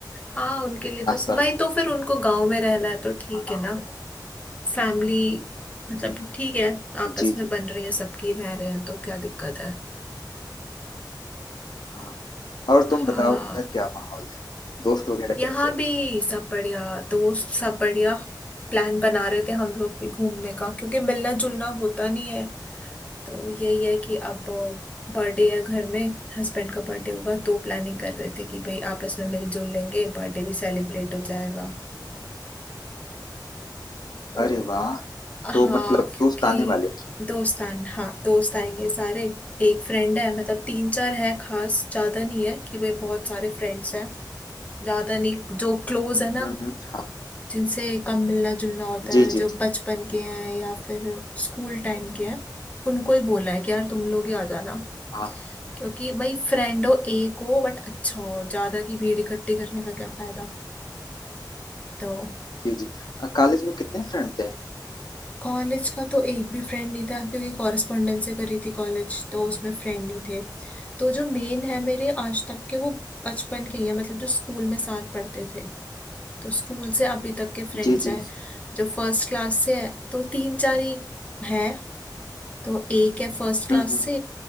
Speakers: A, on the left; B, on the left.
A: हाँ उनके लिए
B: नाश्ता
A: तो भाई तो फिर उनको गांव में रहना
B: वगैरह
A: है तो ठीक
B: खाना
A: है ना
B: वगैरह
A: फैमिली मतलब
B: हम्म,
A: ठीक है आपस
B: जी
A: में
B: जी
A: बन रही है सबकी रह रहे हैं तो क्या दिक्कत है
B: हाँ और तुम
A: हाँ
B: बताओ उधर क्या माहौल है दोस्त वगैरह
A: यहाँ
B: कैसे
A: भी सब बढ़िया दोस्त सब बढ़िया प्लान बना रहे थे हम लोग भी घूमने का क्योंकि मिलना जुलना होता नहीं है तो यही है कि अब बर्थडे है घर में हस्बैंड का बर्थडे होगा तो प्लानिंग कर रहे थे कि भाई आपस में मिलजुल लेंगे बर्थडे भी सेलिब्रेट हो जाएगा तो
B: अरे वाह
A: हाँ
B: तो मतलब
A: क्योंकि
B: दोस्त आने वाले हैं
A: दोस्तान हाँ दोस्त आएंगे सारे एक फ्रेंड है मतलब तीन चार है खास ज्यादा नहीं है कि भाई बहुत सारे फ्रेंड्स हैं ज्यादा नहीं जो क्लोज है ना
B: हम्म हम्म हाँ
A: जिनसे कम मिलना जुलना होता
B: जी
A: है
B: जी
A: जो बचपन के हैं या फिर स्कूल टाइम के हैं उनको ही बोला है कि यार तुम लोग ही आ जाना
B: हाँ
A: क्योंकि भाई फ्रेंड हो एक हो बट अच्छा हो ज्यादा की भीड़ इकट्ठी करने का क्या फायदा तो
B: जी जी कॉलेज में कितने फ्रेंड थे
A: कॉलेज का तो एक भी फ्रेंड नहीं था क्योंकि कॉरेस्पॉन्डेंस से करी थी कॉलेज तो उसमें फ्रेंड ही थे तो जो मेन है मेरे आज तक के वो बचपन के ही है मतलब जो स्कूल में साथ पढ़ते थे तो स्कूल से अभी तक के फ्रेंड्स
B: जी जी
A: हैं जो फर्स्ट क्लास से है तो तीन चार ही है तो एक है फर्स्ट क्लास
B: हम्म हम्म
A: से